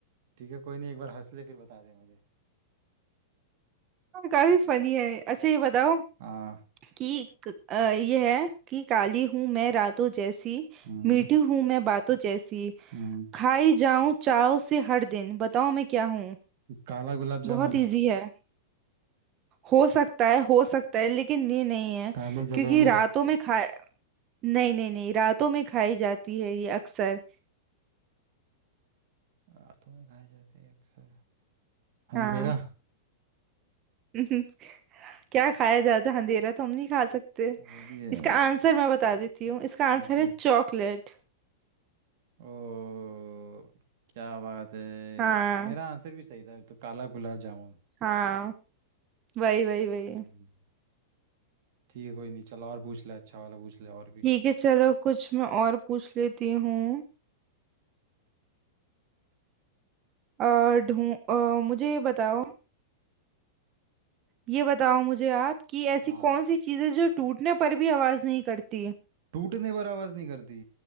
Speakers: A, on the right; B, on the right.
A: ठीक है कोई नहीं एक बार हंस ले फिर बता दे मुझे
B: काफी फनी है अच्छा ये बताओ
A: हाँ
B: कि क- अ, ये है कि काली हूं मैं रातों जैसी
A: हम्म
B: मीठी हूं मैं बातों जैसी
A: हम्म
B: खाई जाऊं चाव से हर दिन बताओ मैं क्या हूँ
A: काला गुलाब
B: बहुत
A: जामुन
B: इजी है हो सकता है हो सकता है लेकिन ये नहीं है
A: काली जलेबी
B: क्योंकि रातों में खा नहीं नहीं नहीं रातों में खाई जाती है ये अक्सर
A: रातों में खाई जाती है अक्सर अंधेरा
B: हाँ <laughs> क्या खाया जाता है अंधेरा तो हम नहीं खा सकते
A: वो भी है
B: इसका आंसर मैं बता देती हूँ इसका
A: ठीक
B: आंसर
A: है
B: है चॉकलेट
A: ओ क्या बात है
B: हाँ
A: मेरा आंसर भी सही था तो काला गुलाब जामुन
B: हाँ वही वही वही
A: हम्म। ठीक है कोई नहीं चल और पूछ ले अच्छा वाला पूछ ले और भी
B: ठीक है चलो कुछ मैं और पूछ लेती हूँ और ढूं अ, मुझे ये बताओ ये बताओ मुझे आप कि ऐसी
A: हाँ
B: कौन सी चीज़ है जो टूटने पर भी आवाज नहीं करती
A: टूटने पर आवाज़ नहीं करती